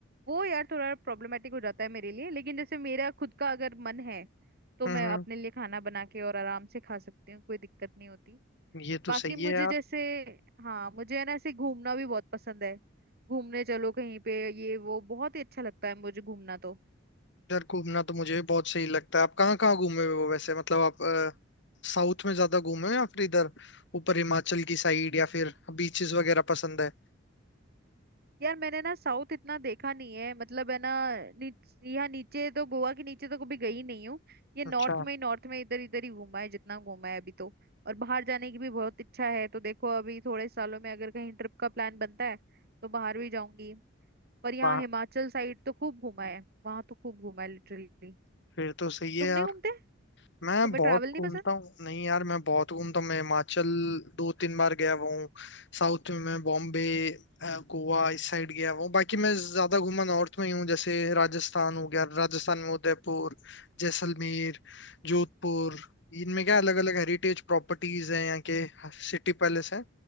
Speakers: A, on the right; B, on the left.
A: वो यार थोड़ा प्रॉब्लमेटिक हो जाता है मेरे लिए लेकिन जैसे मेरा खुद का अगर मन है तो
B: हम्म
A: मैं
B: हम्म,
A: अपने लिए खाना बना के और आराम से खा सकती हूँ कोई दिक्कत नहीं होती
B: ये
A: बाकी
B: तो सही
A: मुझे
B: है यार
A: जैसे हाँ मुझे है ना ऐसे घूमना भी बहुत पसंद है घूमने चलो कहीं पे ये वो बहुत ही अच्छा लगता है मुझे घूमना तो
B: इधर घूमना तो मुझे भी बहुत सही लगता है आप कहाँ कहाँ घूमे हुए हो वैसे मतलब आप साउथ में ज्यादा घूमे हो या फिर इधर ऊपर हिमाचल की साइड या फिर बीचेस वगैरह पसंद है
A: यार मैंने ना साउथ इतना देखा नहीं है मतलब है ना नीच, यहाँ नीचे तो गोवा के नीचे तो कभी गई नहीं हूँ ये नॉर्थ
B: अच्छा
A: में ही नॉर्थ में इधर इधर ही घूमा है जितना घूमा है अभी तो और बाहर जाने की भी बहुत इच्छा है तो देखो अभी थोड़े सालों में अगर कहीं ट्रिप का प्लान बनता है तो बाहर भी जाऊंगी पर यहाँ
B: वाह
A: हिमाचल साइड तो खूब घूमा है वहां तो खूब घूमा है लिटरली
B: फिर तो सही है
A: तुम
B: यार
A: नहीं घूमते
B: मैं
A: तुम्हें
B: बहुत
A: ट्रैवल नहीं
B: घूमता
A: पसंद
B: हूँ नहीं यार मैं बहुत घूमता हूँ मैं हिमाचल दो तीन बार गया हुआ हूँ साउथ में मैं बॉम्बे अ, गोवा इस साइड गया हुआ हूँ बाकी मैं ज्यादा घूमा नॉर्थ में ही हूँ जैसे राजस्थान हो गया राजस्थान में उदयपुर जैसलमेर जोधपुर इनमें क्या अलग अलग हेरिटेज प्रॉपर्टीज हैं यहाँ के सिटी पैलेस हैं